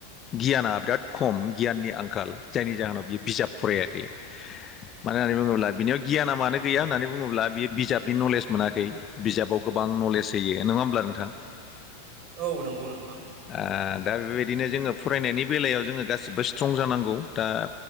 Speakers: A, on the left; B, on the right.
A: गियाना बिराद खम गियाननि आंखाल जायनि जाहोनाव बियो बिजाब फरायाखै। मानो होननानै बुङोब्ला बिनियाव गियाना मानो गैया होननानै बुङोब्ला बियो बिजाब बि नलेज मोनाखै बिजाबाव गोबां नलेज होयो नङा होमब्ला नोंथां?
B: औ नंगौ नोंथां।
A: ओ दा बेबायदिनो जोङो फरायनायनि बेलायाव जोङो गासिबो स्ट्रं जानांगौ दा